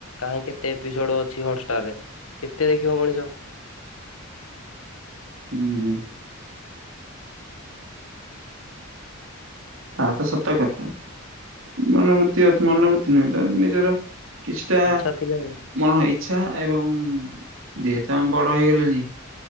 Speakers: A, on the left (about 85°); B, on the right (about 65°).
A: କାହିଁ କେତେ ଏପିସୋଡ଼ ଅଛି ହଟଷ୍ଟାର ରେ କେତେ ଦେଖିବ ମଣିଷ।
B: ହୁଁ। ତାହା ତ ସତ କଥା ମନୋବୃତ୍ତି ଅଛ ମନୋବୃତ୍ତି ନୁହେଁ ତାର ନିଜର କିଛିଟା
A: ଇଚ୍ଛା ଥିଲେ
B: ମନ ଇଚ୍ଛା ଏବଂ ଯେହେତୁ ଆମେ ବଡ଼ ହେଇ ଗଲେଣି